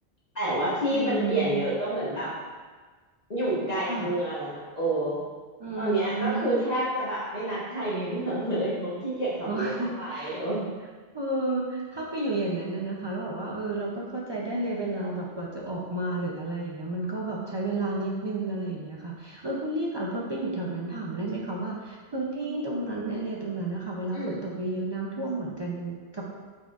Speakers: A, on the left; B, on the right.
A: แต่ว่าที่มันเปลี่ยนเยอะก็เหมือนแบบ
B: อืม
A: อยู่ไกลเมืองอ่ะโอ้
B: ค่ะอืม
A: ตอนเนี้ยก็คือแทบจะแบบไม่นัดใครในเมืองเลยเพราะขี้เกียจขับรถเข้าไปเออ
B: โอ้ <laughs> เออถ้าไปอยู่อย่างนั้นนะนะคะแล้วแบบว่าเออเราก็เข้าใจได้เลยเวลาแบบกว่าจะออกมาหรืออะไรอย่างเงี้ยมันก็แบบใช้เวลานิดนึงอะไรอย่างเงี้ยค่ะเออคุณลี่ค่ะพอไปอยู่แถวนั้นถามได้ไหมคะว่าพื้นที่ตรงนั้นแอเรียตรงนั้นนะคะเวลาฝนตกเยอะๆน้ำท่วมเหมือนกันกับ
A: อืม